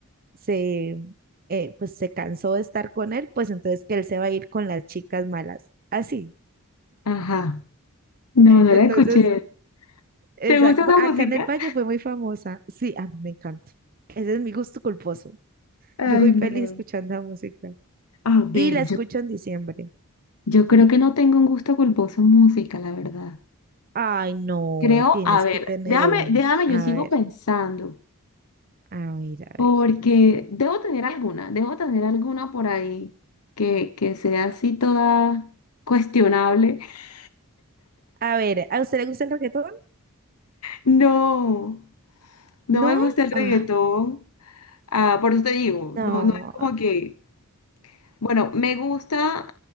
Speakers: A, on the right; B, on the left.
A: se, eh, pues se cansó de estar con él, pues entonces que él se va a ir con las chicas malas, así.
B: ajá. No, no
A: Entonces,
B: la escuché.
A: Esa-
B: ¿Te gusta
A: bu-
B: esa
A: Acá
B: música?
A: en el Valle fue muy famosa. Sí, a mí me encanta. Ese es mi gusto culposo.
B: Ay,
A: Yo soy
B: no.
A: feliz escuchando la música.
B: A ver,
A: Y la escucho
B: yo,
A: en diciembre.
B: yo
A: Ujú.
B: creo que no tengo un gusto culposo en música, la verdad.
A: Ay, no,
B: Creo,
A: tienes
B: a ver,
A: que tener
B: déjame,
A: uno.
B: déjame,
A: A
B: yo sigo
A: ver,
B: pensando.
A: a ver, a
B: Porque
A: ver.
B: debo tener alguna, debo tener alguna por ahí que, que sea así toda cuestionable. <laughs>
A: A ver, ¿a usted le gusta el reggaetón?
B: No, no
A: ¿No?
B: me gusta el reggaetón.
A: Ah,
B: Ah, por eso te digo,
A: no.
B: no, no es como que, bueno, me gusta,